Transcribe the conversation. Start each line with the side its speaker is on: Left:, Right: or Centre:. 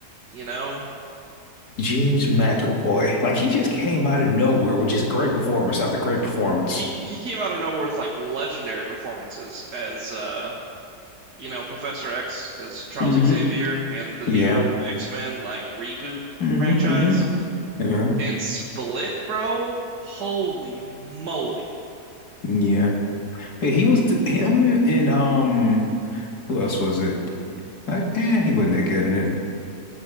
Right: You know,
Left: James McAvoy. Like he just came out of nowhere, which is great performance after great performance.
Right: he he came out of nowhere with like legendary performances as uh, you know, Professor X as Charles
Left: Mm-hmm.
Right: Xavier and the
Left: Yeah.
Right: new X-Men like reboot
Left: Mm-hmm.
Right: franchise
Left: Mm-hmm. Yeah.
Right: and Split, bro. Holy moly.
Left: Yeah. Yeah, he was the, him and um who else was it? Like, eh, he wasn't that good in it.